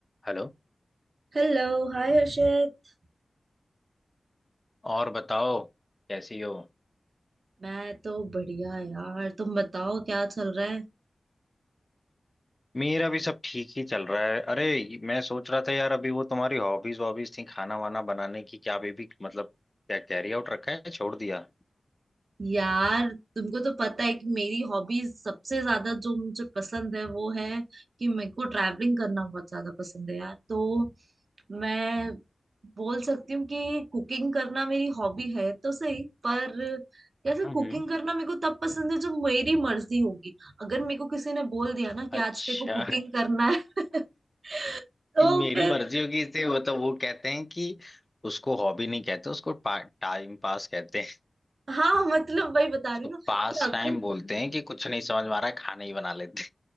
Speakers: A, on the left; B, on the right.
A: Hello
B: Hello Hi Harshit
A: और बताओ कैसी हो
B: मैं तो बढ़िया यार तुम बताओ क्या चल रहा है
A: मेरा भी सब ठीक ही चल रहा है अरे मैं सोच रहा था यार अभी वो तुम्हारी हॉबीज वॉबीज थी खाना वाना बनाने की क्या अभी भी मतलब क्या कैरी आउट रखा है छोड़ दिया
B: यार तुमको तो पता है कि मेरी हॉबीज सबसे ज्यादा जो मुझे पसंद है वो है कि मेरे को ट्रैवलिंग करना बहुत ज्यादा पसंद है यार तो मैं बोल सकती हूँ कि कुकिंग करना मेरी हॉबी है तो सही पर कैसे
A: हम्म
B: कुकिंग करना मेरे को तब पसंद है जब मेरी मर्जी होगी अगर मेरे को किसी ने बोल दिया ना कि
A: अच्छा
B: आज तेरे को कुकिंग करना है <laughs> तो
A: मेरी
B: फिर
A: मर्जी होगी इसे मतलब वो कहते हैं कि उसको हॉबी नहीं कहते उसको पा, टाइम पास कहते हैं
B: हाँ मतलब वही बता रही
A: तो
B: हूँ ना
A: पास
B: कि अगर
A: टाइम बोलते हैं कि कुछ नहीं समझ में आ रहा है खाना ही बना लेते